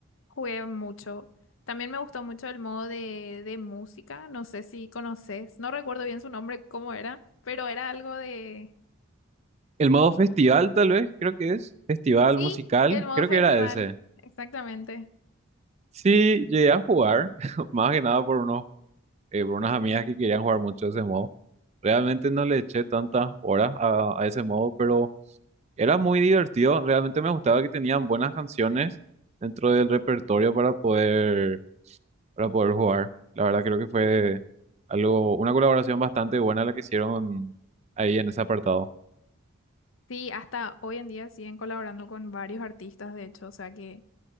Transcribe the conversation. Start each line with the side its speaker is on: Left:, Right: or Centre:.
Left: jugué mucho. También me gustó mucho el modo de, de música, no sé si conoces, no recuerdo bien su nombre, cómo era, pero era algo de...
Right: El modo festival, tal vez, creo que es. Festival
Left: Sí,
Right: musical,
Left: el modo
Right: creo
Left: festival,
Right: que era ese.
Left: exactamente.
Right: Sí, llegué a jugar, <laughs> más que nada por unos, eh, por unas amigas que querían jugar mucho ese modo. Realmente no le eché tantas horas a, a ese modo, pero era muy divertido. Realmente me gustaba que tenían buenas canciones dentro del repertorio para poder para poder jugar. La verdad creo que fue algo, una colaboración bastante buena la que hicieron ahí en ese apartado. <laughs>
Left: Sí, hasta hoy en día siguen colaborando con varios artistas, de hecho, o sea que